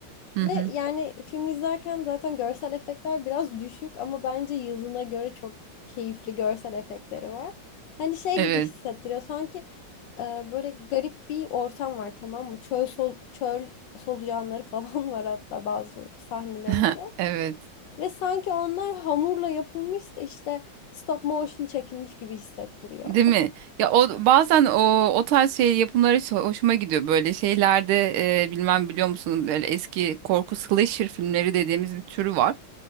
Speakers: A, on the right (about 80°); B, on the left (about 70°).
A: Hı
B: ve
A: hı.
B: yani film izlerken zaten görsel efektler biraz düşük ama bence yılına göre çok keyifli görsel efektleri var. Hani şey
A: Evet.
B: gibi hissettiriyor sanki e, böyle garip bir ortam var tamam mı? Çöl sol, çöl solucanları falan <laughs> var hatta bazı sahnelerinde.
A: <laughs> Evet.
B: Ve sanki onlar hamurla yapılmış da işte stop motion çekilmiş gibi hissettiriyor.
A: Değil mi? Ya o bazen o o tarz şey yapımları hiç hoşuma gidiyor böyle şeylerde e, bilmem biliyor musun böyle eski korku slasher filmleri dediğimiz bir türü var.